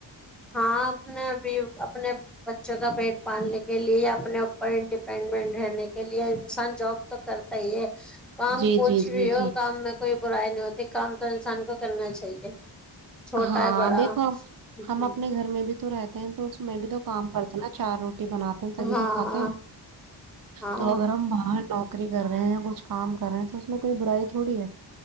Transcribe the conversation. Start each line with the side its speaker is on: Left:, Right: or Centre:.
Centre: ہاں اپ نے اب اپنے بچوں کا پیٹ پالنے کے لیے یا اپنے اوپر انڈیپینڈنٹ رہنے کے لیے انسان جاب تو کرتا ہی ہے کام
Right: جی
Centre: کچھ
Right: جی جی
Centre: بھی ہو
Right: جی
Centre: کام میں کوئی <unintelligible> برائی نہیں ہوتی کام تو انسان کو کرنا چاہیے چھوٹا
Right: ہاں
Centre: ہے بڑا
Right: دیکھو
Centre: ہوں
Right: ہم اپنے گھر میں بھی تو رہتے ہیں تو اس میں بھی تو کام کرتا چارو <inaudible> بناتے ہیں تبھی
Centre: ہاں
Right: تو کھاتے ہیں
Centre: ہاں
Right: تو اگر ہم بر نوکری کر رہے ہیں یا کچھ کام کر رہے ہیں تو اس میں کوئی برائی تھوڑی ہے